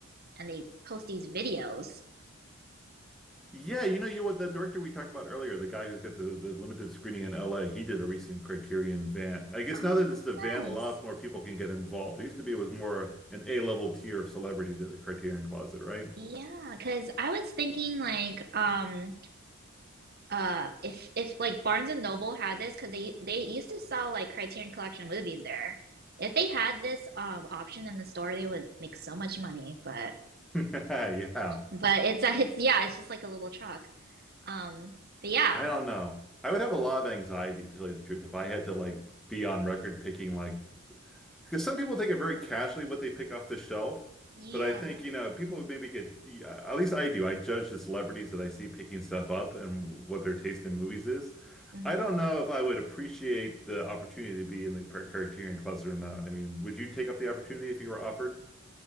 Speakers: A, on the right; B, in the centre.
A: and they post these videos.
B: Yeah, you know you what the director we talked about earlier, the guy who's got the, the limited screening in LA, he did a recent Criterion van. I guess
A: Oh,
B: now that it's the van,
A: nice.
B: a lot more people can get involved. It used to be it was more an A-level tier of celebrity to the Criterion Closet, right?
A: Yeah, because I was thinking like um uh if if like Barnes and Noble had this because they they used to sell like Criterion Collection movies there. If they had this um option in the store, they would make so much money. But
B: <laughs> Yeah.
A: but it's a, it's yeah, it's just like a little truck. Um, but yeah.
B: I don't know. I would have a lot of anxiety to tell you the truth if I had to like be on record picking like Because some people take it very casually what they pick off the shelf,
A: Yeah.
B: but I think, you know, people maybe get, yeah, at least I do, I judge the celebrities that I see picking stuff up and what their taste in movies is.
A: hmm
B: I don't know if I would appreciate the opportunity to be in the Criterion Closet or not. I mean, would you take up the opportunity if you were offered?